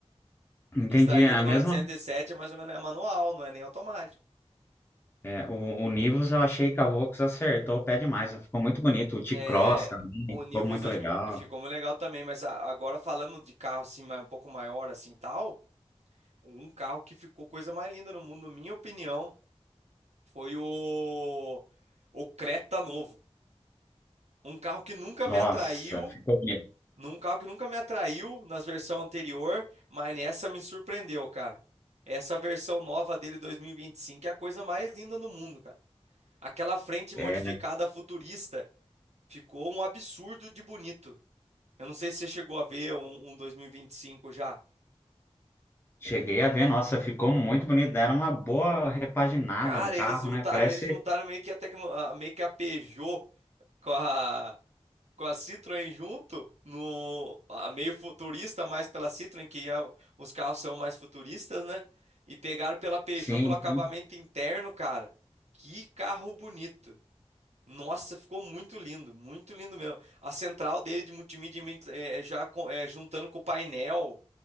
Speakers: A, on the left; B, on the right.
A: entendi.
B: Esse daí
A: é
B: que eu
A: A
B: tô
A: mesma,
B: falando de 107 é mais ou menos é manual, não é nem automático.
A: é, o, o Nivus eu achei que a Vox acertou o pé demais. Ficou muito bonito. O T-Cross
B: É,
A: também
B: o Nivus
A: ficou muito
B: 2000
A: legal.
B: ficou muito legal também, mas a- agora falando de carro assim, mais- um pouco maior assim, tal. Um carro que ficou coisa mais linda no mundo, na minha opinião, foi o, o Creta novo. Um carro que nunca
A: Nossa,
B: me atraiu,
A: ficou bonito.
B: num carro que nunca me atraiu nas versões anterior, mas nessa me surpreendeu, cara. Essa versão nova dele 2025 é a coisa mais linda do mundo, cara. Aquela frente
A: É,
B: modificada futurista ficou um absurdo de bonito. Eu não sei se você chegou a ver um, um 2025 já.
A: cheguei a ver, nossa, ficou muito bonito. Deram uma boa repaginada
B: Cara,
A: no carro,
B: eles juntaram,
A: né? Parece,
B: eles juntaram meio que a tecno, a- meio que a Peugeot com a com a Citroën junto, no a meio futurista, mais pela Citroën, que é o- os carros são mais futuristas, né? E pegaram pela Peugeot
A: sim,
B: pelo acabamento
A: sim.
B: interno, cara. Que carro bonito. Nossa, ficou muito lindo, muito lindo mesmo. A central dele de multimídia eh, já com- eh, juntando com o painel,